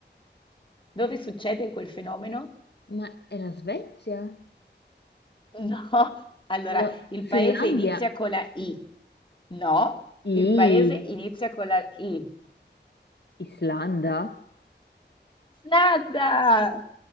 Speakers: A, on the left (about 25°); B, on the left (about 65°).
A: Dove succede quel fenomeno?
B: ma è la Svezia?
A: <laughs> No. Allora,
B: No,
A: il paese
B: Finlandia?
A: inizia con la I. No,
B: I...
A: il paese inizia con la I.
B: Islanda?
A: Nada!